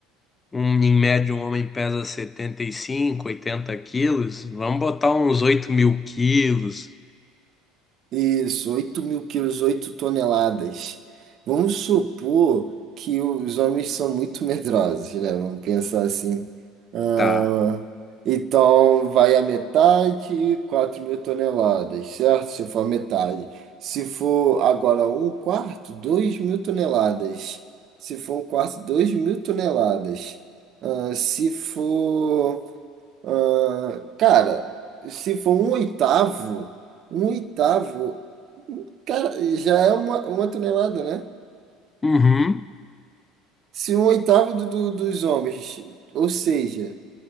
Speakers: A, on the left (about 20°); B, on the right (about 50°).
A: Um, em média, um homem pesa 75 80 quilos. Vamos botar uns 8 mil quilos.
B: Isso, oito mil quilos, 8 toneladas. Vamos supor que os homens são muito medrosos, né? Vamos pensar assim. Ah,
A: Tá.
B: então, vai a metade, quatro mil toneladas, certo? Se for a metade. Se for agora um quarto, dois mil toneladas. Se for um quarto, dois mil toneladas. Ah, se for. ah, cara, se for um oitavo. Um oitavo Cara, já é uma, uma tonelada, né?
A: Uhum.
B: Se um oitavo do, do- dos homens, ou seja,